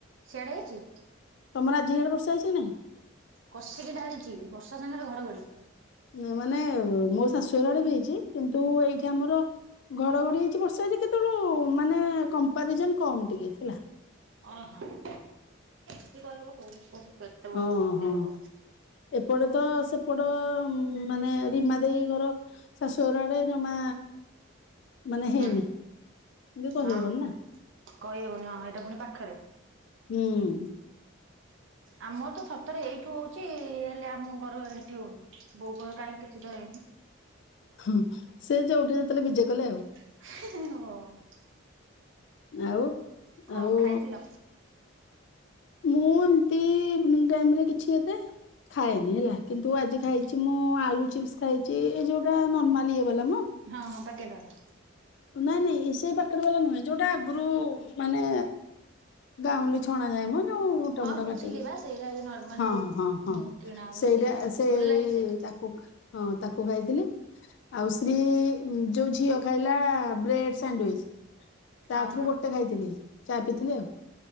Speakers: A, on the right; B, on the left.
A: ସିଆଡେ ଅଚୁ?
B: ତୋମର ଆଜି ସିଆଡେ ବର୍ଷା ହେଇଛି ନା ନାହି?
A: କଷିକି ଢାଳିଚି ବର୍ଷା ସାଙ୍ଗରେ ଘଡଘଡି।
B: ନେ ମାନେ ମୋ ଶାଶୁ ଘର ଆଡେ ବି ହେଇଛି। କିନ୍ତୁ ଏଇଠି ଆମର ଘଡଘଡି ହେଇଛି, ବର୍ଷା ହେଇଛି କେତେଳୁ ମାନେ କମ୍ପାରିଜନ୍ କମ ଟିକେ ହେଲା।
A: ଓହୋ, ଏମତି କହି ହବ କୋଉ <unintelligible>
B: ଅଁ,
A: ଫୁଟେଇ
B: ହଁ।
A: ହବ
B: ଏପଟେ ତ ସେପଟ ଉ, ମାନେ ରୀମା ଦେଇ ଘର ଶାଶୁ ଘର ଆଡେ ଜମା ମାନେ ହେଇନି।
A: ହୁଁ
B: ଏମତି କହିହବନି
A: ହଁ।
B: ନା।
A: କହିହବନି ହଁ ଏଟା ପୁଣି ପାଖରେ।
B: ହୁଁ।
A: ଆମର ତ ସତରେ ଏଇଠୁ ହଉଛି ହେଲେ ଆମ ଘର ଏଠି ହଉନି। ବୋଉ କହିବ କାଇଁ କିଛି ତ ହେଇନି।
B: ହୁଁ, ସେ ଯୋଉଠି ଯେତେଲେ ବିଜେ କଲେ ଆଉ।
A: ହଁ।
B: ଆଉ,
A: କଣ
B: ଆଉ
A: ଖାଇଥିଲ?
B: ମୁଁ ଏମିତି ମୁଁ ଟାଇମ୍ ରେ କିଛି ଏତେ ଖାଏନି ହେଲା। କିନ୍ତୁ ଆଜି
A: ହୁଁ।
B: ଖାଇଛି ମୁଁ ଆଳୁ ଚିପ୍ସ ଖାଇଛି, ଏଇ ଯୋଉଟା ନର୍ମାଲି ଇଏ ବାଲା ମୋ
A: ହଁ, ହଁ ପକେଟ୍ ବାଲା।
B: ନାଇଁ ନାଇଁ ଏ ସେ ପାକେଟ୍ ବାଲା ନୁହେଁ। ଯୋଉଟା ଆଗରୁ ମାନେ ଗାଉଁଲି ଛଣା ଯାଏ ମୋ ଯୋଉ ମୁଟାମୁଟା
A: ହଁ ବୁଝିଲି
B: କାଟିକି।
A: ବା ସେଇଟା ଏଇ ନର୍ମାଲି
B: ହଁଁ,
A: ଯୋଉ
B: ହଁ, ହଁ।
A: ଉଁ କିଣା ହୁଏ
B: ସେଇଟା ଏ ସେଇ
A: ଭଲ ଲାଗେ ସେଇଟା
B: ତା କୁ ହଁ ତାକୁ ଖାଇଥିଲି, ଆଉ ଶ୍ରୀ ଉଁ, ଯୋଉ ଝିଅ ଖାଇଲା ହଁ ବ୍ରେଡ୍ ସାଣ୍ଡୱିଇଜ୍ ତା
A: ଅହଁ
B: ଥ୍ରୁ ଗୋଟେ ଖାଇଥିଲି, ଚା ପିଇଥିଲି ଆଉ।